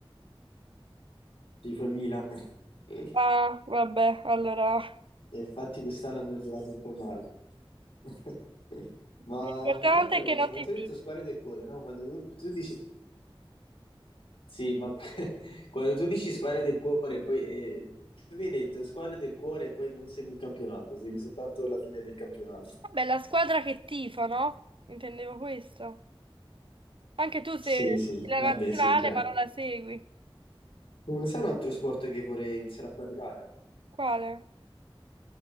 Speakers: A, on the left; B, on the right.
A: tifo il Milan. <laughs>
B: Ah, vabbè, allora
A: E infatti quest'anno abbiamo giocato un po' male. <laughs> Ma
B: l'importante
A: un'altra
B: è che
A: cosa,
B: non
A: ma
B: ti
A: ti ho
B: tifi.
A: detto squadra del cuore, no? Quando tu, tu dici Sì, ma <laughs> quando tu dici squadre del cuore, poi eh, tu mi hai detto squadre del cuore e poi non segui il campionato, segui soltanto la fine del campionato.
B: Vabbè, la squadra che tifo, no? Intendevo questo. Anche tu sei
A: Sì, sì,
B: la
A: vabbè,
B: nazionale,
A: sì, chiaro.
B: ma non la segui.
A: Un- sai un altro sport che vorrei iniziare a praticare?
B: Quale?